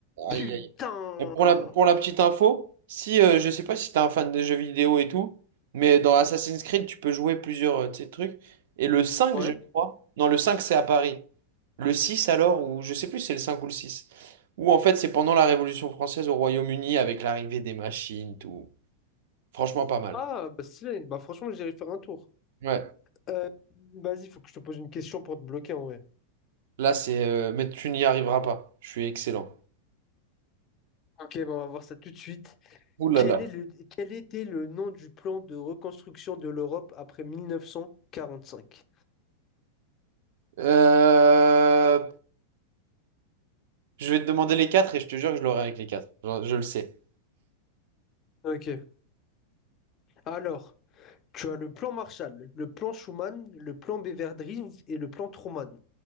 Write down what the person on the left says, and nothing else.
putain!
Ouais.
Ah, bah stylé. Bah franchement, j'irai faire un tour.
Euh, vas-y, faut que je te pose une question pour te bloquer en vrai.
Ok, bah on va voir ça tout de suite.
Quel
est le, quel était le nom du plan de reconstruction de l'Europe après 1945?
Ok. Alors, tu as le plan Marshall, le plan Schuman, le plan Beveridge et le plan Truman.